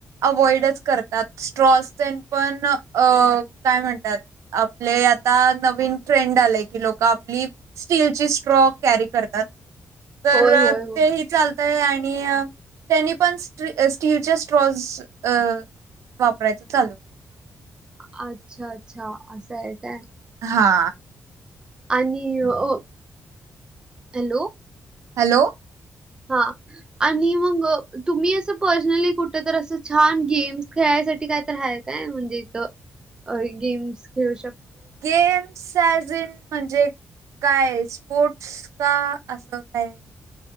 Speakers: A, on the right (about 80°); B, on the right (about 15°).
A: अव्हाइडचं करतांत स्ट्रॉस पणं अं कायं म्हणतांत आपले आंता नवीन ट्रेंड आलंय की लोकं आपली स्टीलची स्ट्रॉ कॅरी करतांत तरं
B: होय होय हो
A: ते विचारं ते आणि त्यांनी पणं स्टीलचे स्ट्रॉ अं वापरायचं चालू
B: अच्छा अच्छा असं आहे काय
A: हा
B: आणि अह हॅलो
A: हॅलो!
B: हा. आणि मग अह तुम्ही असं पर्सनली कुठ तर असं छान गेम्स खेळायसाठी काय तरी आहे काय म्हणजे इथ गेम्स खेळू शक
A: गेम्स साजन म्हणजे काय स्पोर्टस का असं काय?